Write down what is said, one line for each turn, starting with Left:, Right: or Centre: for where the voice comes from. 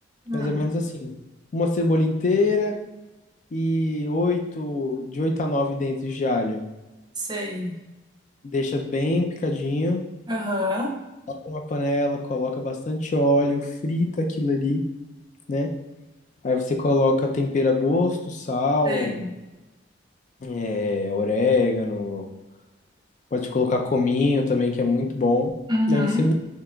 Right: Hum,
Left: mais ou menos assim, uma cebola inteira e oito, de oito a nove dentes de alho.
Right: sei.
Left: Deixa bem picadinho,
Right: aham,
Left: uma panela, coloca bastante óleo, frita aquilo ali, né? Aí você coloca tempero a gosto, sal,
Right: Sei.
Left: é, orégano, pode colocar cominho também, que é muito bom.
Right: Uhum,
Left: Daí você mi-